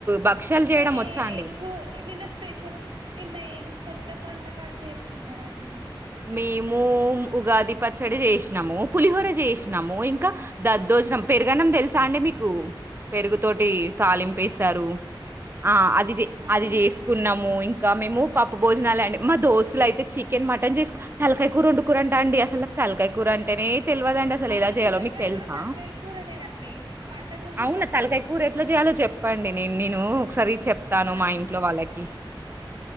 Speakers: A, on the right (about 25°); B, on the right (about 80°).
A: భక్షాలు
B: ఇంకా
A: జేయడం వచ్చా అండి?
B: ఏంకు నిన్న స్పెషల్ నిన్న ఏం కొత్త వంటకాలు చేసుకున్నరం
A: మేము ఉగాది పచ్చడి చేసినాము పులిహోర చేసినాము ఇంకా దద్దోజనం పెరుగన్నం తెలుసా అండి మీకు పెరుగుతోటి తాలింపేశారు ఆ అది
B: అవును
A: అది చేసుకున్నాము ఇం మేము పప్పు భోజనాలు అండి మా దోస్తులు అయితే చికెన్ మటన్ చేస్తే తలకాయ కూర ఉండు కూరంట అండి అసలు తలకాయ కూరంటేనే తెలవదండి అసలు
B: మా
A: ఎలా
B: ఇంటి
A: చేయాలో
B: దగ్గర
A: మీకు తెలుసా
B: కూడా తలకాయ కూరనే అండి మటనున్ను
A: అవునా తలకాయ కూర ఎట్లా చేయాలో చెప్పండి నే నేను సరి చెప్తాను
B: నా
A: మా ఇంట్లో వాళ్ళ పే <unintelligible>